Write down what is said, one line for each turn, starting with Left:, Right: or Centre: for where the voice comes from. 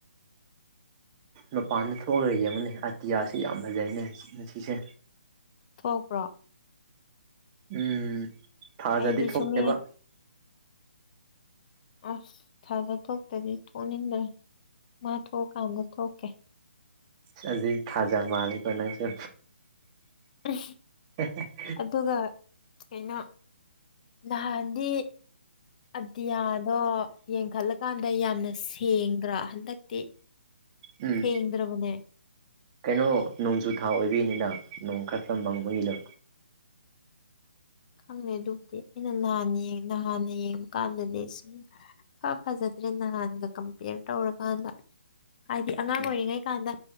Right: ꯃꯄꯥꯟꯗ ꯊꯣꯛꯑꯒ ꯌꯦꯡꯉꯨꯅꯦ ꯑꯇꯤꯌꯥꯁꯤ ꯌꯥꯝ ꯐꯖꯩꯅꯦ ꯉꯁꯤꯁꯦ
Left: ꯊꯣꯛꯄ꯭ꯔꯣ
Right: ꯎꯝ ꯊꯥꯖꯗꯤ
Left: ꯑꯩꯗꯤ
Right: ꯊꯣꯛꯇꯦꯕ
Left: ꯁꯨꯝꯃꯦ ꯑꯁ ꯊꯥꯖ ꯊꯣꯛꯇꯗꯤ ꯊꯣꯛꯅꯤꯡꯗ꯭ꯔꯦ ꯃꯥ ꯊꯣꯛꯑꯀꯥꯟꯗ ꯊꯣꯛ
Right: ꯆꯠꯂꯤ ꯊꯥꯖ ꯃꯥꯜꯂꯤꯀꯣ ꯅꯪꯁꯦ
Left: ꯎ
Right: <unintelligible>
Left: ꯑꯗꯨꯒ ꯀꯩꯅꯣ ꯅꯍꯥꯟꯗꯤ ꯑꯇꯤꯌꯥꯗꯣ ꯌꯦꯡꯈꯠꯂꯀꯥꯟꯗ ꯌꯥꯝꯅ ꯁꯦꯡꯗ꯭ꯔꯥ ꯍꯟꯗꯛꯇꯤ
Right: ꯎꯝ
Left: ꯁꯦꯡꯗ꯭ꯔꯕꯅꯦ
Right: ꯀꯩꯅꯣ ꯅꯣꯡꯖꯨ ꯊꯥ ꯑꯣꯏꯕꯤꯅꯤꯗ ꯅꯣꯡ ꯈꯔꯛꯇ ꯃꯪꯕꯒꯤꯅꯤꯗ
Left: ꯈꯪꯅꯦ ꯑꯗꯨꯕꯨꯗꯤ ꯑꯩꯅ ꯅꯍꯥꯟ ꯅꯍꯥꯟꯅ ꯌꯦꯡꯕ ꯀꯥꯟꯗꯗꯤ ꯁꯨꯝ ꯏꯐꯥ ꯐꯖꯗ꯭ꯔꯦꯗ ꯅꯍꯥꯟꯗ ꯀꯝꯄꯦꯌꯔ ꯇꯧꯔꯀꯥꯟꯗ ꯍꯥꯏꯗꯤ ꯑꯉꯥꯡ
Right: ꯎꯝ
Left: ꯑꯣꯏꯔꯤꯉꯩ ꯀꯥꯟꯗ